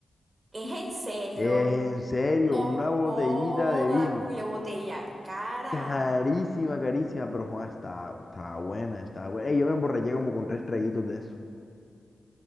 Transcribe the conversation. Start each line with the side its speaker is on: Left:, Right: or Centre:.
Right: ¿Es en serio?
Left: En serio,
Right: No
Left: una botellita
Right: joda,
Left: de vino.
Right: cule botella cara.
Left: Carísima, carísima, pero Juan, está, está buena, está buena. Ey, yo me emborraché como con tres traguitos de eso.